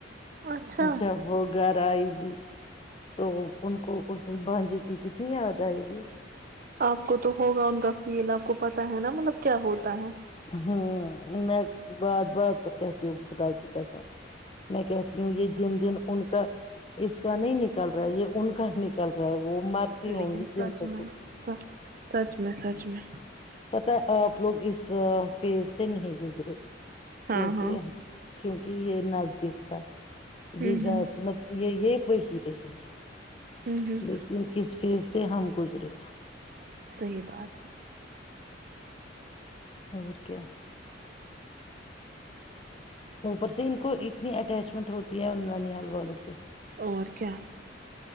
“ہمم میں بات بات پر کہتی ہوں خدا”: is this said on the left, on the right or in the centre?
Left